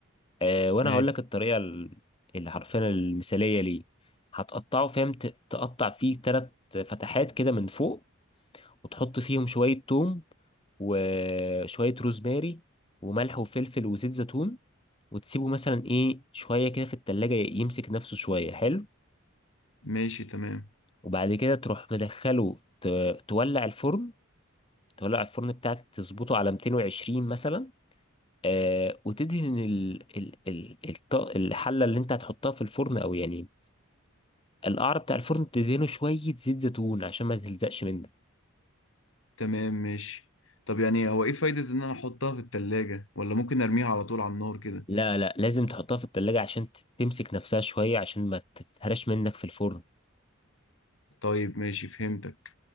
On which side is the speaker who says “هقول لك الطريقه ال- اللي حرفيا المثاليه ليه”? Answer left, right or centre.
Left